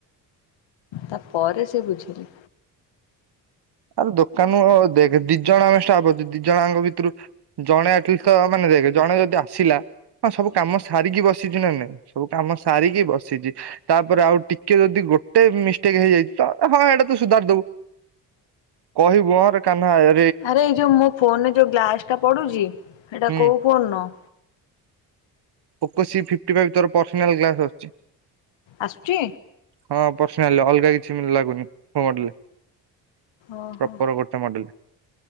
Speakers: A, on the left; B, on the right.
A: ତାପରେ ସେ ବୁଝିଲେ।
B: ଆରେ ଦୋକାନ ଦି ଜଣ ଆମେ ଷ୍ଟାପ ଅଛୁ ଦିଜଣଙ୍କ ଭିତରୁ ଜଣେ ଆଟଲିଷ୍ଟ ମାନେ ଦେଖେ ଜଣେ ଯଦି ଆସିଲା ହଁ ସବୁ କାମ ସାରିକି ବସିଚିନାନାଇଁ ସବୁ କାମ ସାରିକି ବସିଚି। ତାପରେ ଆଉ ଟିକେ ଯଦି ଗୋଟେ ମିଷ୍ଟେକ୍ ହେଇଯାଇଛିତ ହଁ ଏଇଟା ତୁ ସୁଧାରିଦବୁ। କହିବୁ ମୋର କାନ୍ନା ଆଇ
A: ଆରେ ଏଇ ଯୋଉ ମୋ ଫୋନ ରେ ଯୋଉ ଗ୍ଲାସଟା ପଡୁଚି ସେଇଟା
B: ହୁଁ
A: କୋଉ ଫୋନର?
B: ଓପ ସି ଫିପ୍ଟି ଫାଇଭ ତୋର ପର୍ସନାଲ ଗ୍ଲାସ ଅଛି।
A: ଆସୁଛି
B: ହଁ ପର୍ସନାଲ ଅଲଗା କିଛିବି ଲାଗୁନିି ମୋ ମଡେଲ
A: ଓହୋ
B: ପପର ଗୋ ତା ମଡେଲ